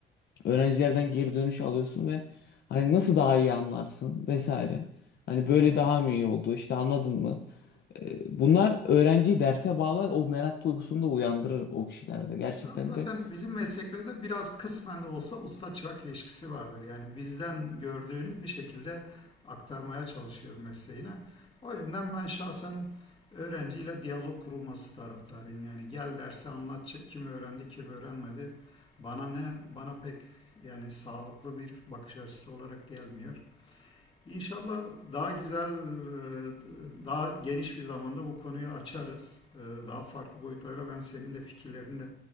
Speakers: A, on the left (about 60°); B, on the left (about 25°).
A: Öğrencilerden geri dönüş alıyorsun ve hani nasıl daha iyi anlarsın vesaire. Hani böyle daha mı iyi oldu işte anladın mı? E, bunlar öğrenciyi derse bağlar o merak duygusunu da uyandırır o kişilerde. Gerçekten
B: Ya zaten
A: de
B: bizim mesleklerde biraz kısmen de olsa usta çırak ilişkisi vardır. Yani bizden gördüğünü bir şekilde aktarmaya çalışıyorum mesleğine. O yönden ben şahsen öğrenciyle diyalog kurulması taraftarıyım. Yani gel derse anlat çık kim öğrendi kim öğrenmedi. Bana ne bana pek yani sağlıklı bir bakış açısı olarak gelmiyor. İnşallah daha güzel, e, daha geniş bir zamanda bu konuyu açarız. E, Daha farklı boyutlarla ben senin de fikirlerini de